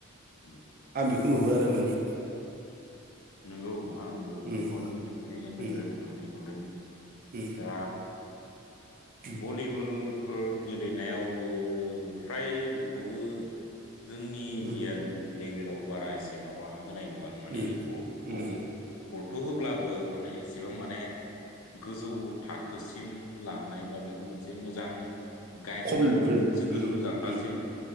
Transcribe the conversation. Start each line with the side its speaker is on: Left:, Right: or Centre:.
Left: उम
Right: आं बेखौ नुवो आरो माने
Left: नंगौ आंबो
Right: उम
Left: बेखौनो एसे नोजोर
Right: उम
Left: होनानै नुदों।
Right: उम
Left: दा
Right: उम
Left: बलि टेबोलफोर गेलेनायावबो फ्राय बेखौबो जोंनि इण्डियान
Right: उम
Left: लेभेलाव बारा एसे माबा होनाय नुवा आं माने
Right: उम
Left: गरथ'
Right: उम
Left: गरथ' होब्लाबो माने इसेबां माने गोजौ थाखोसिम लांनाय बा बेखौ मोनसे मोजां गाइड
Right: खम
Left: होनानै
Right: नुहुरो
Left: माने मोनसे गोजौ
Right: उम
Left: जांख्लासिम
Right: उम